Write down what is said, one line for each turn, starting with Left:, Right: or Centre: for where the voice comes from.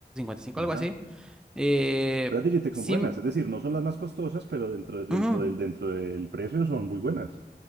Centre: cinco,
Right: Ajá.
Centre: algo así. Eh,
Right: Pero las Digitech
Centre: sí,
Right: son buenas, es decir, no son las más costosas, pero dentro, dentro
Centre: ujú,
Right: del, dentro del precio son muy buenas.